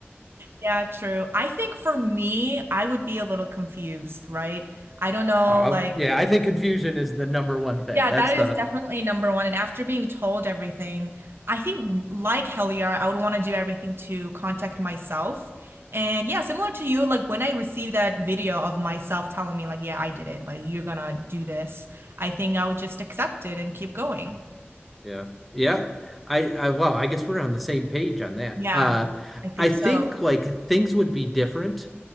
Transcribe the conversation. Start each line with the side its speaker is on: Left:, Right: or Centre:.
Right: Yeah, true. I think for me, I would be a little confused, right? I don't know,
Centre: oh,
Right: like,
Centre: yeah, I think confusion is the number one thing.
Right: yeah,
Centre: That's
Right: that
Centre: the
Right: is definitely number one. And after being told everything, I think like Heliar, I would want to do everything to contact myself. And yeah, similar to you, like when I received that video of myself telling me, like, yeah, I did it, like, you're gonna do this, I think I would just accept it and keep going.
Centre: Yeah. Yeah. I, I well, I guess we're on the same page on that.
Right: Yeah,
Centre: Uh
Right: I think
Centre: I think
Right: so.
Centre: like things would be different.